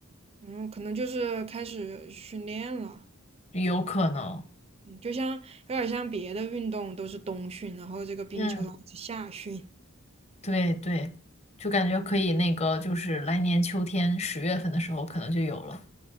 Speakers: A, on the right (about 30°); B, on the left (about 30°).
A: 嗯，可能就是开始训练了。
B: 有可能。
A: 嗯，就像有点像别的运动都是冬训，然后这个冰球它是夏训。
B: 嗯，对对，就感觉可以那个，就是来年秋天十月份的时候可能就有了。